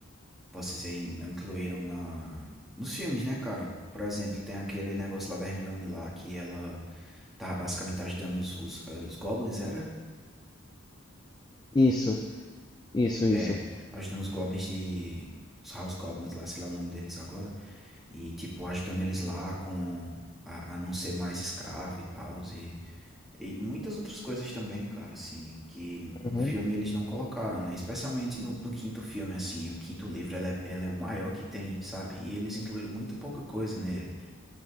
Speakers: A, in the centre; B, on the left (about 20°).
A: Posso dizer, in- não incluíram na. Nos filmes, né, cara? Por exemplo, tem aquele negócio lá da Hermione lá, que ela tava basicamente ajudando os, os, eh, os Goblins, era?
B: Isso, isso, isso.
A: É, ajudando os Goblins de. Os House Goblins lá, sei lá o nome deles agora. e tipo ajudando eles lá com a, a não ser mais escravo e tal e, e muitas outras coisas também, cara, assim, que
B: Uhum.
A: no filme eles não colocaram, né? Especialmente no, no quinto filme, assim, o quinto livro ela é, ela é o maior que tem, sabe? E eles incluíram muito pouca coisa nele.